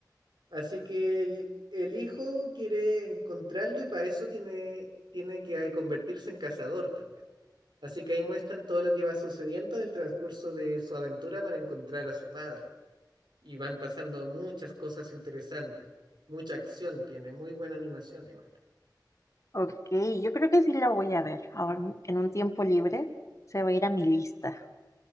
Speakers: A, on the right (about 75°); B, on the left (about 40°).
A: Así que el, el hijo quiere encontrarlo y para eso tiene, tiene que convertirse en cazador también. Así que ahí muestran todo lo que va sucediendo en el transcurso de su aventura para encontrar a su padre. Y van pasando muchas cosas interesantes. Mucha acción tiene, muy buena animación igual.
B: Ok, yo creo que sí lo voy a ver. Ahora, en un tiempo libre, se va a ir a mi lista.